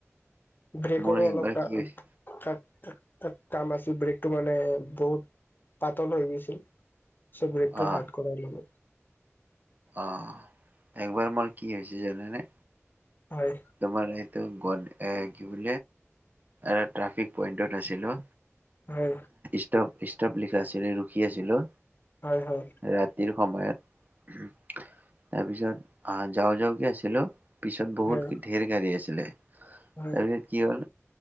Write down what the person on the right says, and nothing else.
মোৰ একবাৰ
কি হৈছে
অ'
অ', একবাৰ মোৰ কি হৈছে জানেনে
তোমাৰ এইটো গ এ কি বো এ ট্ৰফিক পইন্টত আছিলো
ষ্টভ ষ্টভ লিখা আছিলে ৰখি আছিলো
ৰাতিৰ সময়ত তাৰপিছত আহ যাও যাওঁ কি আছিলো পিছত বহুত
ধেৰ গাড়ী আছিলে
তাৰপিছ কি হ'ল